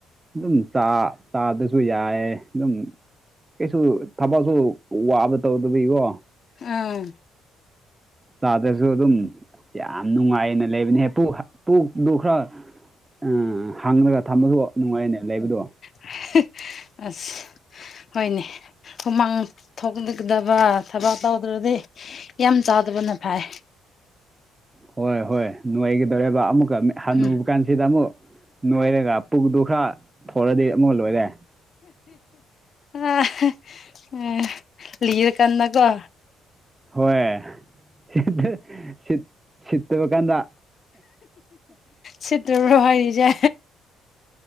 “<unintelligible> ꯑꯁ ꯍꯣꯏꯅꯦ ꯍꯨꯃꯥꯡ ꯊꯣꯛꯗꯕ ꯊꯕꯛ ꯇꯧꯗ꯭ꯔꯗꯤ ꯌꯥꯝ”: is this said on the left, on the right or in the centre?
Left